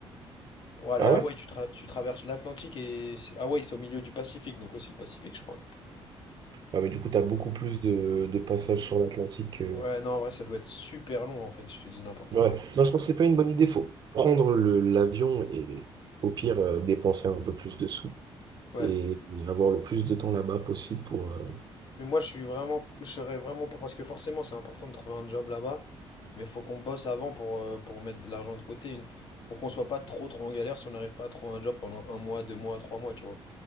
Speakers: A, on the left; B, on the right.
A: Pour aller
B: Ah
A: à
B: ouais?
A: Hawaï, tu, tra- tu traverses l'Atlantique et c'est- Hawaï, c'est au milieu du Pacifique, donc aussi le Pacifique, je crois.
B: Ah, mais du coup, t'as beaucoup plus de, de passages sur l'Atlantique
A: Ouais, non, en vrai, ça doit être super long, en fait, je te dis n'importe
B: Ouais.
A: quoi.
B: Non, je pense que c'est pas une bonne idée. Faut prendre le- l'avion et au pire euh, dépenser un peu plus de sous
A: Ouais.
B: et, et avoir le plus de temps là-bas possible pour euh,
A: Mais moi, je suis vraiment, je serais vraiment pour, parce que forcément, c'est important de trouver un job là-bas, mais faut qu'on bosse avant pour, euh, pour mettre de l'argent de côté, une, f- pour qu'on soit pas trop, trop en galère si on n'arrive pas à trouver un job pendant un mois, deux mois, trois mois, tu vois.